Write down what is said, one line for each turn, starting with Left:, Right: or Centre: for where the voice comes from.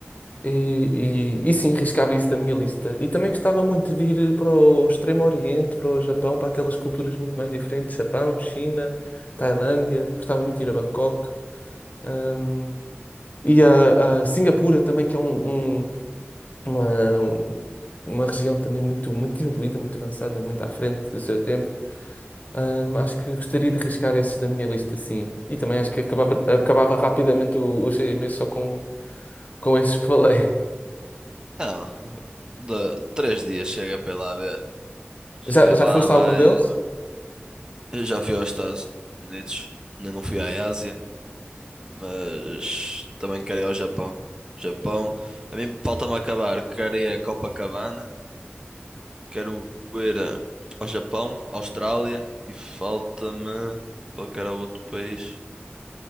Left: E, e, e sim, riscava isso da minha lista. E também gostava muito de ir para o Extremo Oriente, para o Japão, para aquelas culturas muito mais diferentes, Japão, China, Tailândia. Gostava muito de ir a Bangkok. Hum, e a, a Singapura também, que é um, um- uma, um- uma região também muito, muito evoluída, muito avançada, muito à frente do seu tempo. Hum, acho que gostaria de riscar esses da minha lista, sim. E também acho que acabava, acabava rapidamente o- os seis meses só com, com esses que falei.
Right: Não, de, três dias chega para ir lá ver.
Left: <laughs>
Right: Chegas
Left: Já, já
Right: lá,
Left: foste
Right: vais.
Left: a algum deles?
Right: vais- vais. Eu já fui aos Estados Unidos, ainda não fui à Ásia, mas também quero ir ao Japão. Japão, a mim falta-me acabar. Quero ir a Copacabana, quero ir eh, ao Japão, Austrália e falta-me. Qual é que era o outro país?